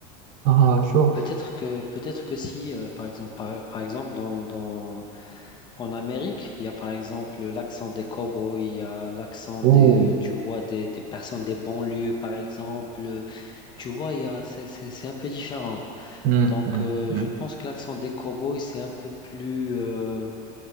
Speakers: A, on the right (about 40°); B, on the left (about 20°).
A: ah, ah, tu vois.
B: Peut-être que, peut-être que si, euh, par exemple, par, par exemple dans, dans, en Amérique, il y a par exemple l'accent des cow-boys, il y a l'accent
A: Oh.
B: des, euh, tu vois, des, des personnes des banlieues, par exemple. euh, Tu vois, il y a, c'est, c'est, c'est un peu différent.
A: Mhm,
B: Donc,
A: mhm.
B: euh, je pense que l'accent des cow-boys, c'est un peu plus, euh,